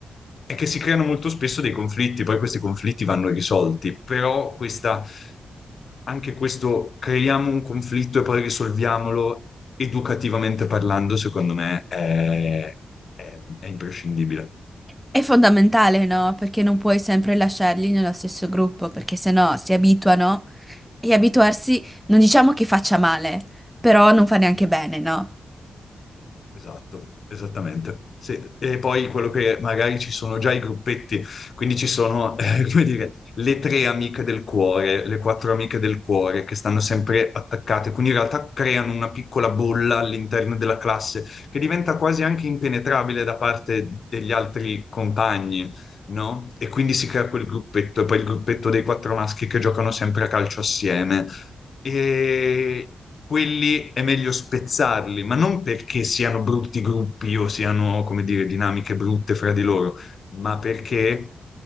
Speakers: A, on the left; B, in the centre.
A: è che si creano molto spesso dei conflitti, poi questi conflitti vanno risolti, però questa, anche questo creiamo un conflitto e poi risolviamolo educativamente parlando, secondo me è, è è imprescindibile.
B: È fondamentale, no? Perché non puoi sempre lasciarli nello stesso gruppo, perché sennò si abituano e abituarsi non diciamo che faccia male, però non fa neanche bene, no?
A: Esatto, esattamente. Sì, E poi quello che magari ci sono già i gruppetti, quindi ci sono, <laughs> eh, come dire, le tre amiche del cuore, le quattro amiche del cuore che stanno sempre attaccate, quindi in realtà creano una piccola bolla all'interno della classe che diventa quasi anche impenetrabile da parte degli altri compagni, no? E quindi si crea quel gruppetto, e poi il gruppetto dei quattro maschi che giocano sempre a calcio assieme e quelli è meglio spezzarli, ma non perché siano brutti gruppi o siano, come dire, dinamiche brutte fra di loro, ma perché